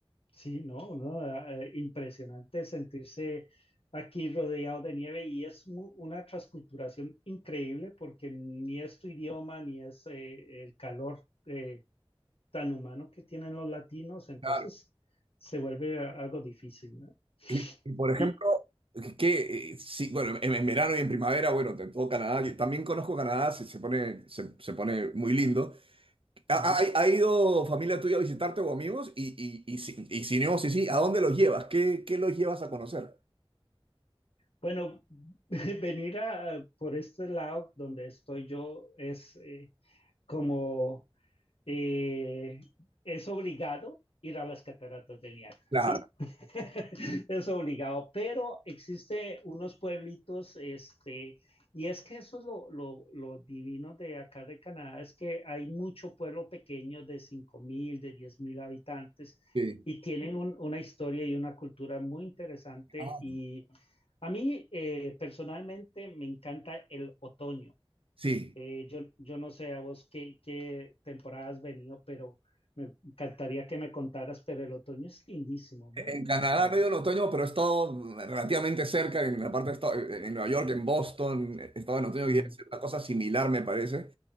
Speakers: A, on the left; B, on the right.
A: sí, no, no, eh, eh, impresionante sentirse aquí rodeado de nieve y es mu- una transculturación increíble porque ni es tu idioma ni es eh, el calor eh, tan humano que tienen los latinos, entonces
B: Claro.
A: se vuelve a- algo difícil, ¿no?
B: Y, y, por ejemplo,
A: Y
B: que eh, sí, bueno, en, en verano y en primavera, bueno, en todo Canadá, yo también conozco Canadá, se, se pone, se, se pone muy lindo. ¿Ha,
A: ujú.
B: ha- ha ido familia tuya a visitarte o amigos? Y, y, y, si, y si no, sí, sí, ¿a dónde los llevas? ¿Qué, qué los llevas a conocer?
A: bueno, <laughs> venir a, por este lado donde estoy yo es eh, como eh, es obligado ir a las cataratas del Niágara,
B: Claro,
A: ¿sí? <laughs> es obligado, pero existe unos pueblitos, este, y es que eso es lo, lo, lo divino de acá de Canadá, es que hay mucho pueblo pequeño de 5.000, de 10.000 habitantes,
B: sí.
A: y tienen un, una historia y una cultura muy interesante.
B: Ah,
A: Y a mí eh, personalmente me encanta el otoño.
B: Sí.
A: Eh, yo, yo no sé a vos qué, qué temporada has venido, pero me encantaría que me contaras, pero el otoño es lindísimo, muy,
B: En
A: muy
B: Canadá
A: lindo.
B: medio en otoño, pero he estado relativamente cerca, en la parte de esta- en Nueva York, en Boston, he estado en otoño
A: Mm,
B: y es una cosa similar, me parece.